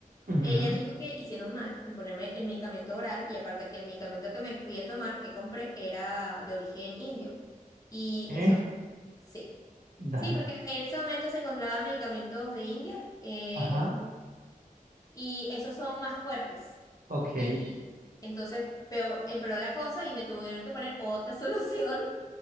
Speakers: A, on the right; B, on the left.
A: ujú,
B: ella me dijo que hicieron mal en ponerme el medicamento oral y aparte que el medicamento que me fui a tomar, que compré, era de origen indio. Y
A: eh,
B: eso, sí.
A: Dale.
B: Sí, porque en ese momento se encontraban medicamentos de India. eh,
A: Ajá.
B: Y esos son más fuertes.
A: Ok.
B: Y entonces peor, empeoró la cosa y me tuvieron que poner otra <laughs> solución.